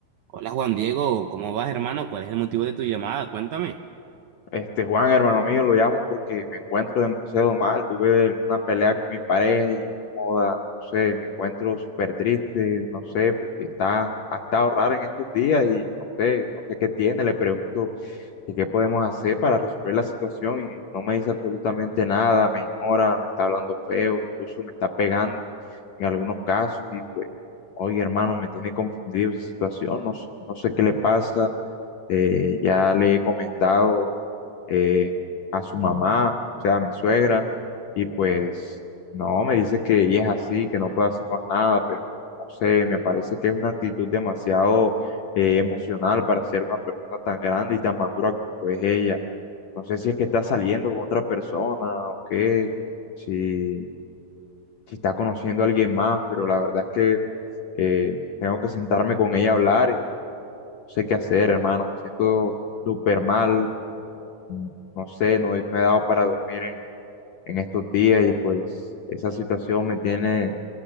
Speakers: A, on the right; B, on the left.
A: Hola Juan Diego, ¿cómo vas hermano? ¿Cuál es el motivo de tu llamada? Cuéntame.
B: Este, Juan, hermano mío, lo llamo porque me encuentro demasiado mal. Tuve una pelea con mi pareja y, joda, no sé, me encuentro súper triste, no sé, porque está, ha estado raro en estos días y no sé, no sé qué tiene. Le pregunto que qué podemos hacer para resolver la situación y no me dice absolutamente nada, me ignora, me está hablando feo, incluso me está pegando en algunos casos y pues, oye, hermano, me tiene confundido esa situación, no, s- no sé qué le pasa eh, ya le he comentado eh, a su mamá, o sea, a mi suegra, y pues no, me dice que ella es así, que no puede hacer más nada, pero no sé, me parece que es una actitud demasiado eh, emocional para ser una persona tan grande y tan madura como lo es ella. No sé si es que está saliendo con otra persona o qué, si, si está conociendo a alguien más, pero la verdad es que eh, tengo que sentarme con ella a hablar y sé qué hacer, hermano. Me siento súper mal. mm, No sé, no, he- no he dado para dormir en, en estos días y pues esa situación me tiene